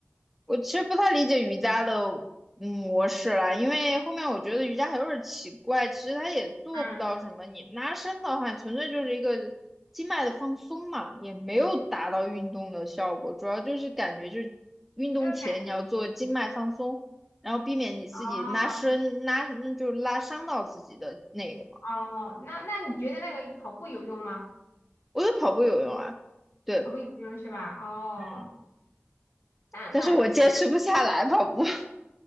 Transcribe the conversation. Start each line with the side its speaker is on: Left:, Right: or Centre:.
Centre: 我其实不太理解瑜伽的嗯模式啦，因为后面我觉得瑜伽还有点奇怪，其实它也做不到什么。
Left: 嗯，
Centre: 你拉伸的话，纯粹就是一个经脉的放松嘛，也没有达到运动的效果。主要就是感觉就是运动前你要做经脉放松，
Left: 就是。
Centre: 然后避免你自己拉伸拉就是拉伤到自己的那个嘛。
Left: 哦。哦，那那你觉得那个跑步有用吗？
Centre: 我觉得跑步有用啊，对，
Left: 跑步有用是吧？哦，
Centre: 嗯，
Left: 那那
Centre: 但是我坚持不下来跑步。<laughs>